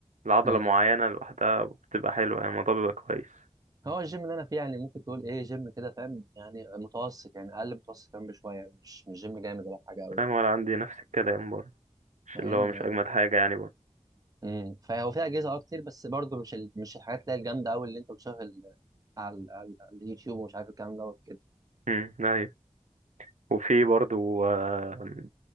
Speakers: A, on the right; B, on the right.
A: لعضله
B: مم.
A: معينه لوحدها بتبقى حلوه يعني الموضوع بيبقى كويس
B: هو الجيم اللي انا فيه يعني ممكن تقول ايه جيم كده فاهم يعني متوسط يعني اقل متوسط كمان بشويه يعني مش مش جيم جامد ولا حاجه قوي
A: ايوه وانا عندي نفس الكلام برضه مش
B: فاهم
A: اللي هو مش
B: يعني
A: اجمد حاجه يعني برضه
B: امم فهو فيه اجهزه اه كتير بس برضه مش ال... مش الحاجات اللي هي الجامده قوي اللي انت بتشوفها ال- على ال- على ال- على اليوتيوب ومش عارف الكلام دوت
A: امم ايوه وفي برضه آه،